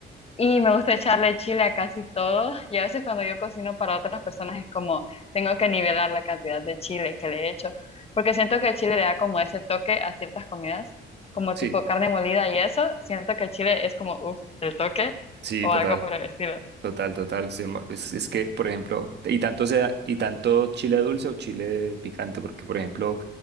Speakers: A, on the left; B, on the right.
A: Y me gusta echarle chile a casi todo. Y a veces cuando yo cocino para otras personas es como tengo que nivelar la cantidad de chile que le echo. Porque siento que el chile le da como ese toque a ciertas comidas, como
B: Sí,
A: tipo carne molida y eso. Siento que el chile es como, uff, el toque
B: sí,
A: o
B: total.
A: algo por el estilo.
B: Total, total. se mo- Es, es que, por ejemplo, y tanto sea, y tanto chile dulce o chile picante, porque, por ejemplo,